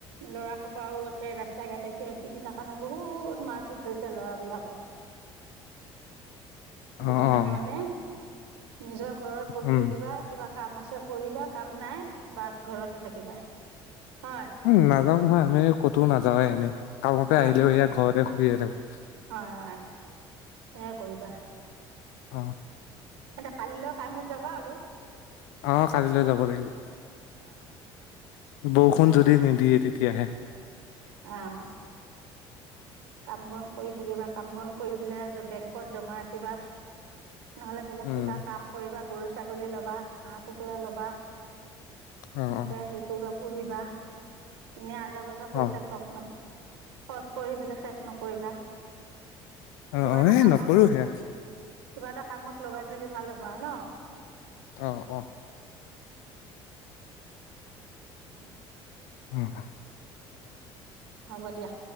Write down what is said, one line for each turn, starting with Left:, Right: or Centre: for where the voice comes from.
Right: লৰা সবাও একে ৰাস্তা ঘাটে সি সিদিনা কাৰণে বহুত মাৰপিট হৈছে লৰাবিলাকে সেটো
Left: অ',
Right: কাৰণে
Left: অ',
Right: মানে নিজৰ ঘৰত বহি
Left: উম,
Right: থাকিবা কিবা কাম আছে কৰিবা কাম নাই বাছ ঘৰতে থাকিবা হয়
Left: উ নাযাও নহয় আমি ক'তোও নাযাওে এনেই কামতে
Right: হয়
Left: আহিলেও সেয়া ঘৰতে শুইয়ে থাকো।
Right: হয় হয়। সেয় কৰিবা
Left: অ।
Right: এয়া কাললৈ কামত যাবা আৰু
Left: অ কালিলৈ যাব লাগিব
Right: বা
Left: বৰষুণ যদি নিদিয়ে তেতিয়াহে,
Right: আহ। কাম বন কৰি থাকিবা কাম বন কৰি পেলাই বেংকত জমা ৰাখিবা। নহ'লে বেলেগ
Left: উম,
Right: কিবা কাম কৰিবা গৰু ছাগলী ল'বা হাঁহ কুকুৰা লবা। সেনেকে
Left: অ', অ',
Right: হেৰি কৰিবা পুহিবা এনে আজাৰ বজা
Left: অ',
Right: পইচা খক নাপ খৰচ কৰি পেলাই শেষ নকৰিবা।
Left: অ
Right: কিবা
Left: অ
Right: এটা
Left: এই
Right: কামত
Left: নকৰো সেয়া।
Right: কিবা এটা কামত লগাই থলে ভাল হ'ব আৰু ন।
Left: আহ অ।
Right: <unintelligible>
Left: উম উম।
Right: হ'ব দিয়া।